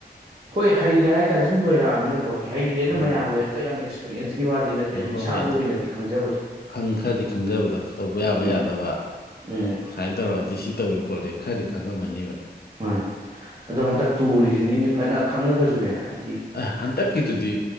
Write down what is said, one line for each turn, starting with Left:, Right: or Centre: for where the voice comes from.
Right: ꯍꯣꯏ ꯍꯩꯔꯦ ꯍꯥꯏꯇꯥꯔꯦ ꯁꯨꯝ ꯂꯣꯏꯔꯛꯑꯝꯅꯤꯅꯀꯣ ꯍꯩꯔꯦꯅ
Left: ꯎꯝ
Right: ꯃꯌꯥꯝꯒ ꯍꯦꯛꯇ ꯌꯥꯝ ꯑ‌ꯦꯛꯁ ꯄꯤꯑꯦꯟꯁꯀꯤ ꯋꯥꯠ ꯗꯤ ꯅꯠꯇꯦ
Left: ꯑ
Right: ꯑꯗꯨ
Left: ꯍꯣꯏ
Right: ꯏꯁꯥꯒꯤ
Left: ꯍꯣꯏ
Right: ꯑꯣꯏꯅꯗꯤ ꯈꯪꯖꯕꯗꯣ
Left: ꯈꯪ ꯈꯔꯗꯤ ꯈꯪꯖꯕꯗꯣ ꯇꯧꯕ
Right: ꯎꯝ
Left: ꯌꯥꯕ ꯌꯥꯗꯕ
Right: ꯎꯝ
Left: ꯁꯨꯃꯥꯏꯅ ꯇꯧꯔꯛꯑꯗꯤ ꯁꯤ ꯇꯧꯋꯦ ꯈꯣꯠꯂꯦ ꯈꯔꯗꯤ ꯈꯪꯉꯝꯃꯅꯦꯕ
Right: ꯃꯥꯅꯦ ꯑꯗꯣ ꯍꯟꯇꯛ ꯇꯨꯔꯤꯖꯤꯅꯤꯅ‌ꯦ ꯐꯅ ꯈꯪꯉꯒꯖꯨꯅꯦ ꯍꯥꯏ
Left: ꯑ ꯍꯟꯗꯛꯀꯤꯗꯨꯗꯤ